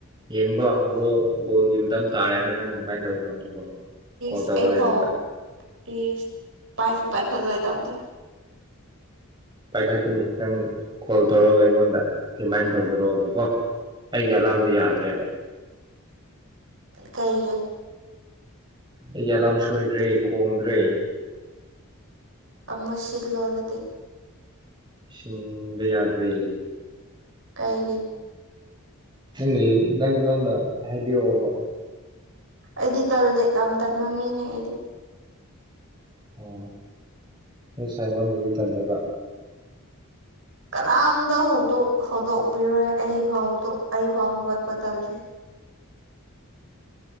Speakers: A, on the right; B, on the right.
A: ꯌꯦꯡꯕ ꯍꯧꯔꯣ ꯕꯣꯜꯒꯤ ꯃꯇꯝ ꯇꯥꯔꯦꯅ ꯅꯪ ꯀꯃꯥꯏꯅ ꯇꯧꯒꯗꯕꯅꯤꯀꯣ ꯀꯣꯜ
B: ꯁ
A: ꯇꯧꯔꯒ
B: ꯑꯩꯕꯥꯎ
A: ꯑꯩꯉꯣꯟꯗ
B: ꯏ ꯄꯥꯏꯁ ꯄꯥꯏꯈ ꯂꯣꯏ ꯇꯗ
A: ꯄꯥꯏꯈꯠꯀꯅꯤ ꯅꯪ ꯀꯣꯜ ꯇꯧꯔꯒ ꯑꯩꯉꯣꯟꯗ ꯔꯤꯃꯥꯏꯅ ꯇꯧꯕꯤꯔꯛꯑꯣꯕꯀꯣ ꯑꯩꯒꯤ ꯑꯂꯥꯝꯗꯨ ꯌꯥꯗ꯭ꯔꯦꯕ
B: ꯀꯩꯒꯤ
A: ꯑꯩꯒꯤ ꯑꯂꯥꯝ ꯁꯣꯏꯈ꯭ꯔꯦ ꯈꯣꯡꯗ꯭ꯔꯦ
B: ꯑꯃꯁꯤ ꯂꯣꯗꯗꯤ
A: ꯁꯤꯟꯕ ꯌꯥꯗꯦ
B: ꯀꯩꯒꯤ
A: ꯅꯪ ꯅꯪ ꯅꯪꯅ ꯍꯥꯏꯕꯤꯔꯛꯑꯣꯕ
B: ꯑꯩꯗꯤ ꯇꯜꯂꯦ ꯌꯥꯝ ꯇꯟꯕ ꯃꯤꯅꯦ ꯑꯩꯗꯤ
A: ꯑꯣ ꯅꯣꯏ ꯁꯥꯏ ꯑꯩꯉꯣꯟꯗꯗꯤ ꯇꯟꯗꯕ
B: ꯀꯅꯥꯝꯇ ꯍꯧ ꯍꯧꯗꯣꯛꯄꯤꯔꯣꯏ ꯑꯩ ꯐꯥꯎ ꯑꯩ ꯐꯥꯎ ꯍꯧꯒꯠꯄ ꯇꯜꯁꯦ